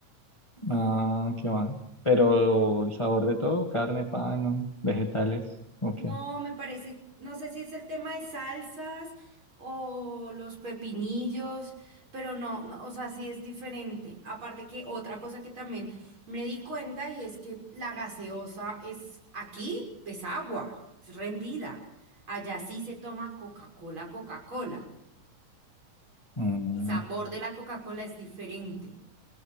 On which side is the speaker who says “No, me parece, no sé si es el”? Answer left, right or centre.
Right